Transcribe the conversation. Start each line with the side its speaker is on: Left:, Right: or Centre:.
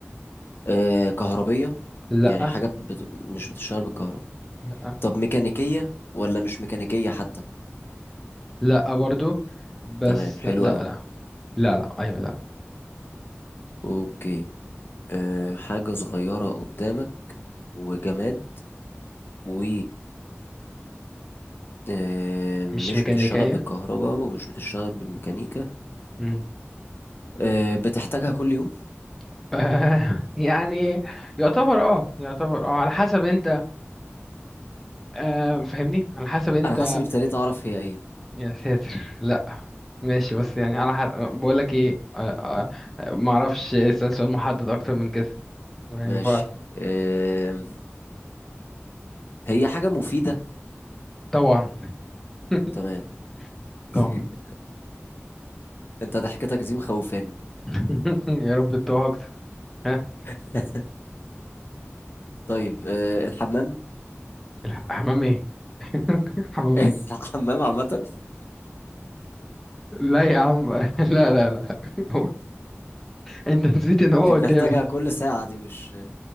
Left: آه، كهربيه
Centre: لأ
Left: يعني حاجه بت... مش بتشتغل بالكهرباء
Centre: لأ
Left: طب ميكانيكيه ولا مش ميكانيكيه حتى
Centre: لأ برضو بس
Left: تمام حلو
Centre: لأ لأ
Left: قوي
Centre: لأ لأ أيوة لأ
Left: اوكي آه، حاجة صغيرة قدامك وجماد و آه، مش
Centre: مش ميكانيكية
Left: بتشتغل بالكهرباء ومش بتشتغل بالميكانيكا
Centre: مم.
Left: آه، بتحتاجها كل يوم
Centre: <laughs> آه، يعني يعتبر اه يعتبر اه على حسب انت آه فهمني على حسب انت
Left: أنا حاسس إني ابتديت أعرف هي إيه
Centre: يا ساتر لا ماشي بس يعني على حد بقول لك ايه آه، آه، آه، ما اعرفش اسال سؤال محدد اكتر من كده ما
Left: ماشي
Centre: ينفعش
Left: آه، هي حاجة مفيدة
Centre: طبعا <laughs>
Left: تمام
Centre: طبعا
Left: <laughs> أنت ضحكتك دي مخوفاني
Centre: <laughs> يا رب تتوه اكتر ها
Left: <laughs> طيب آه، الحمام
Centre: الحمام ايه <laughs> حمام
Left: <laughs>
Centre: ايه
Left: الحمام عامة <laughs>
Centre: لا يا عم <laughs> لا لا لا <laughs> انت نسيت ان هو
Left: دي بنحتاجها
Centre: قدامي
Left: كل ساعة دي مش